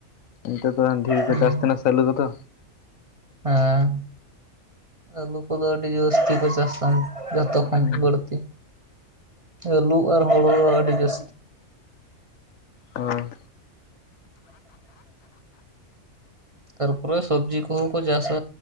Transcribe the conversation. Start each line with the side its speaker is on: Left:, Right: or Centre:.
Left: ᱩᱱᱠᱩ ᱫᱚ ᱰᱷᱮᱨ ᱠᱚ
Right: ᱦᱩᱸ
Left: ᱪᱟᱥ ᱛᱟᱦᱮᱱᱟ ᱥᱮ ᱟᱹᱞᱩ ᱠᱚᱫᱚ?
Right: ᱦᱮᱸ ᱟᱹᱞᱩ ᱠᱚᱫᱚ ᱟᱹᱰᱤ ᱡᱟᱹᱥᱛᱤ ᱠᱚ ᱪᱟᱥᱟ᱾ ᱡᱚᱛᱚ
Left: ᱦᱳᱭ
Right: ᱠᱷᱚᱱ ᱵᱟᱹᱲᱛᱤ ᱟᱹᱞᱩ ᱟᱨ ᱦᱚᱲᱚ ᱫᱚ ᱟᱹᱰᱤ ᱡᱟᱹᱥᱛᱤ
Left: ᱦᱚᱭ
Right: ᱛᱟᱨᱯᱚᱨᱮ ᱥᱚᱵᱽᱡᱤ ᱠᱚᱦᱚᱸ ᱠᱚ ᱪᱟᱥᱟ